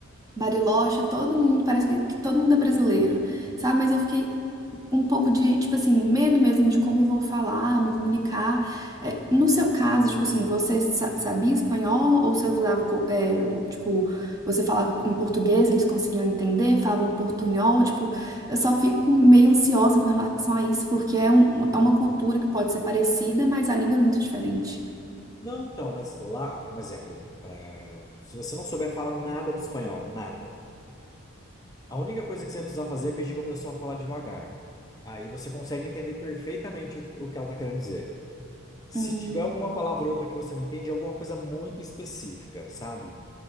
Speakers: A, on the right; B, on the left.
A: Bariloche, todo mundo, parece que, que todo mundo é brasileiro, sabe? Mas eu fiquei um pouco de, tipo assim, medo mesmo de como eu vou falar, me comunicar. É, no seu caso, tipo assim, você sa- sabia espanhol ou você usava, co- é, o- tipo, você falava em português, eles conseguiam entender, falavam portunhol, tipo, eu só fico meio ansiosa com relação a isso, porque é, um- é uma cultura que pode ser parecida, mas a língua é muito diferente.
B: Não, então, mas lá, um exemplo, é, se você não souber falar nada de espanhol, nada, a única coisa que você vai precisar fazer é pedir para a pessoa falar devagar. Aí você consegue entender perfeitamente o que, o que ela está querendo dizer. Se
A: Hum,
B: tiver alguma palavra ou outra que você não entende, é alguma coisa muito específica, sabe?